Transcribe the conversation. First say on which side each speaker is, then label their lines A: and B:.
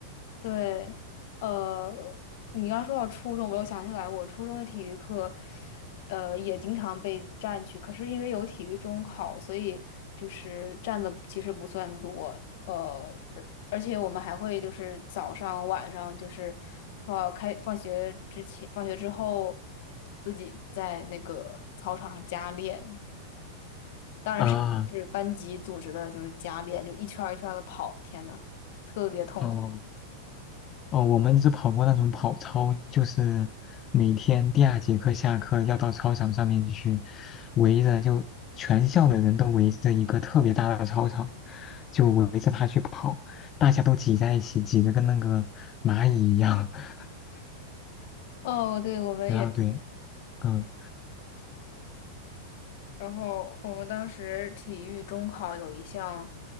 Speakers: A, on the left; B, on the left.
A: 对，呃，你刚说到初中，我又想起来，我初中的体育课，呃，也经常被占去。可是因为有体育中考，所以就是占的其实不算多。呃，而且我们还会就是早上、晚上，就是放开放学之前、放学之后，自己在那个操场上加练。当然是是班级组织的，
B: 啊！
A: 就是加练，就一圈儿一圈的跑。天呐，特别痛苦。
B: 哦哦，我们只跑过那种跑操，就是每天第二节课下课要到操场上面去，围着就全校的人都围着一个特别大的操场，就围着他去跑，大家都挤在一起，挤得跟那个蚂蚁一样。<laughs>
A: 哦，对，我们也。
B: 然后对。嗯。
A: 然后我们当时体育中考有一项，